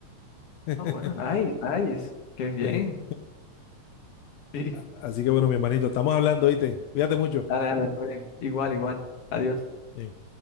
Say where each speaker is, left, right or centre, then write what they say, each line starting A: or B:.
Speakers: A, on the left; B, on the left.
A: <laughs>
B: Ah, bueno, nice, nice. Qué bien.
A: Sí.
B: <laughs>
A: A-
B: Sí.
A: Así que bueno, mi hermanito, estamos hablando, ¿viste? Cuídate mucho.
B: Dale, dale, está bien. Igual, igual. Adiós.
A: Bien.